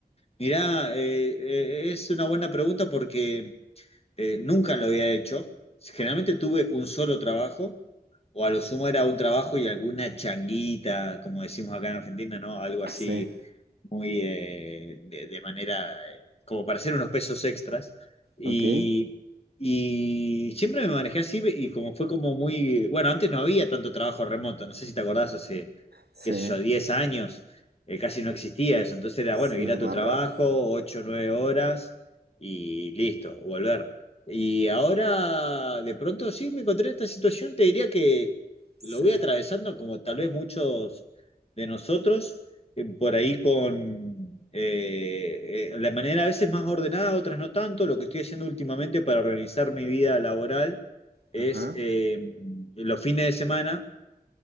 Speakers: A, on the left (about 40°); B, on the right (about 85°).
A: Mirá, eh, eh, es una buena pregunta porque Eh, nunca lo había hecho. Generalmente tuve un solo trabajo, o a lo sumo era un trabajo y alguna changuita, como decimos acá en Argentina, ¿no? Algo así
B: Sí.
A: muy eh, de, de manera, eh, como para hacer unos pesos extras. Y,
B: Ok.
A: y siempre me manejé así y como fue como muy, bueno, antes no había tanto trabajo remoto, no sé si te acordás, hace,
B: Sí.
A: qué sé yo, 10 años, eh, casi no existía eso, entonces era,
B: Sí,
A: bueno, ir
B: es
A: a tu
B: más
A: trabajo,
B: raro.
A: 8 9 horas y listo, volver. Y ahora, de pronto, sí, me encontré en esta situación, te diría que
B: Sí.
A: lo voy atravesando como tal vez muchos de nosotros eh, por ahí con eh, eh, la manera a veces más ordenada, otras no tanto. Lo que estoy haciendo últimamente para organizar mi vida laboral es
B: Ajá.
A: eh, los fines de semana